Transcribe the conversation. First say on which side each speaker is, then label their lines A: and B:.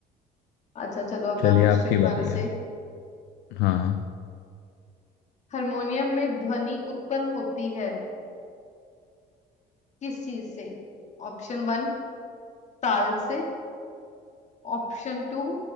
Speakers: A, on the left; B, on the left.
A: अच्छा चलो अब
B: चलिए
A: मैं पूछती
B: आपकी
A: हूँ तुम्हारे
B: बारी
A: से
B: है हाँ
A: हारमोनियम में ध्वनि उत्पन्न होती है किस चीज से ऑप्शन वन ताल से ऑप्शन टू